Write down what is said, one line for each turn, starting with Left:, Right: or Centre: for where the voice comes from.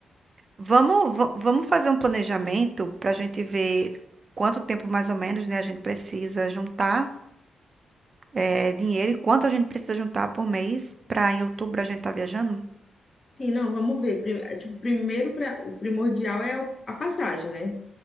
Right: Vamos, va- vamos fazer um planejamento para a gente ver quanto tempo mais ou menos, né, a gente precisa juntar eh, dinheiro e quanto a gente precisa juntar por mês para em outubro a gente estar viajando?
Left: Sim, não, vamos ver. Pri- é, Tipo, primeiro pra, o primordial é o- a passagem, né? O